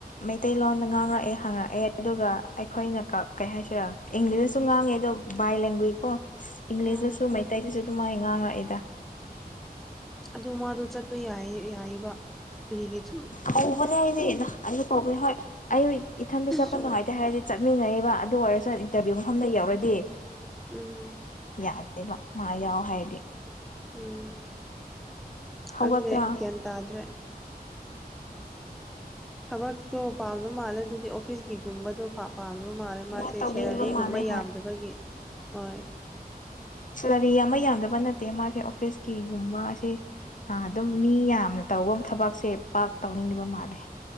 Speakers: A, on the left; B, in the centre.
A: ꯃꯩꯇꯩꯂꯣꯟꯗ ꯉꯥꯡꯔꯛꯑꯦ ꯍꯪꯉꯛꯑꯦ ꯑꯗꯨꯒ ꯑꯩꯈꯣꯏꯅ ꯀꯩ ꯍꯥꯏꯁꯤꯔꯥ ꯏꯪꯂꯤꯁꯇꯁꯨ ꯉꯥꯡꯉꯦ ꯑꯣ ꯕꯥꯏ ꯂꯦꯡꯒ꯭ꯋꯦꯁ ꯀꯣ ꯏꯪꯂꯤꯁꯇꯁꯨ
B: ꯎꯝ
A: ꯃꯩꯇꯩꯗꯁꯨ ꯑꯗꯨ ꯃꯥꯥꯏ ꯉꯥꯡꯉꯛꯑꯏꯗ
B: ꯑꯗꯨ ꯃꯥꯗꯣ ꯆꯠꯄ ꯌꯥꯏ ꯌꯥꯏꯕ ꯇꯨꯔꯤꯒꯤ ꯁꯨꯝ
A: ꯀꯧꯕꯅꯦ ꯑꯩꯗꯤ ꯑꯗꯨ ꯀꯧꯕꯅꯦ ꯍꯣꯏ ꯑꯩ ꯏꯊꯟꯗ ꯆꯠꯄ
B: ꯁꯣꯔꯤ
A: ꯅꯨꯡꯉꯥꯏꯇꯦ ꯍꯥꯏꯔꯗꯤ ꯆꯠꯃꯤꯟꯅꯔꯤꯕ ꯑꯗꯨ ꯑꯣꯏꯔꯁꯨ ꯏꯟꯇꯔꯚꯤꯌꯨ ꯃꯐꯝꯗ ꯌꯧꯔꯗꯤ
B: ꯎꯝ
A: ꯌꯥꯗꯦꯕ ꯃꯥ ꯌꯥꯎ ꯍꯥꯏꯗꯤ
B: ꯎꯝ ꯈꯪꯗꯦ
A: ꯍꯧꯒꯠꯄ꯭ꯔꯥ
B: ꯒ꯭ꯌꯥꯟ ꯇꯥꯗ꯭ꯔꯦ ꯊꯕꯛꯇꯣ ꯄꯥꯝꯗꯧ ꯃꯥꯜꯂꯦ ꯑꯗꯨꯗꯤ ꯑꯣꯐꯤꯁꯀꯤꯒꯨꯝꯕꯗꯣ ꯐꯥ ꯄꯥꯝꯗꯕ ꯃꯥꯜꯂꯦ ꯃꯥꯁꯦ
A: ꯑꯃ ꯇꯧꯅꯤꯡꯕ
B: ꯁꯦꯂꯔꯤꯒꯨꯝꯕ
A: ꯃꯥꯜꯂꯦ ꯍꯣꯏ
B: ꯌꯥꯝꯗꯕꯒꯤ ꯍꯣꯏ
A: ꯁꯦꯂꯔꯤ ꯑꯃ ꯌꯥꯝꯗꯕ ꯅꯠꯇꯦ ꯃꯥꯁꯦ ꯑꯣꯐꯤꯁ ꯀꯒꯨꯝꯕ ꯑꯁꯤ ꯑꯗꯨꯝ ꯃꯤ ꯌꯥꯝꯅ ꯇꯧꯕ ꯊꯕꯛꯁꯦ ꯄꯥꯛ ꯇꯧꯅꯤꯡꯗꯕ ꯃꯥꯜꯂꯦ